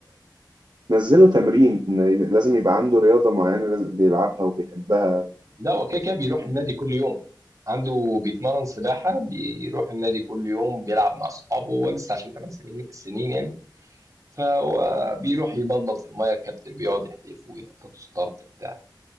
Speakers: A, on the right; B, on the right.
A: وتنزله تمرين لازم يبقى عنده رياضة معينة لازم بيلعبها وبيحبها
B: لا هو كده كده بيروح النادي كل يوم عنده بيتمرن سباحة بيروح النادي كل يوم بيلعب مع أصحابه هو لسه عشان 8 سنين سنين يعني فهو بيروح يبلبط في المية الكابتن بيقعد يحدفه وينططه ستارت بتاع